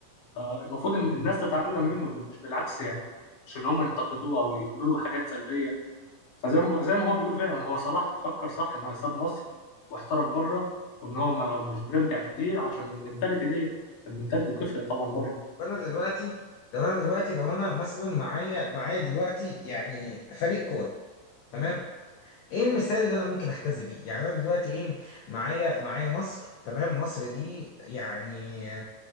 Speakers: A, on the left; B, on the left.
A: فالمفروض ان الناس تتعلم منه ب- مش بالعكس يعني مش ان هم ينتقدوه او يقولوا له حاجات سلبيه فزي ما زي ما هو بيقول فعلا هو صلاح فكر صح ان هو ساب مصر واحترف بره وان هو ما مش بيرجع كتير عشان المنتاليتي دي المنتاليتي بتفرق طبعا بره
B: وانا دلوقتي طب انا دلوقتي لو انا مثلا معايا معايا دلوقتي يعني فريق كوره تمام ايه المثال اللي انا ممكن احتذي بيه يعني انا دلوقتي ايه معايا معايا مصر تمام مصر دي يعني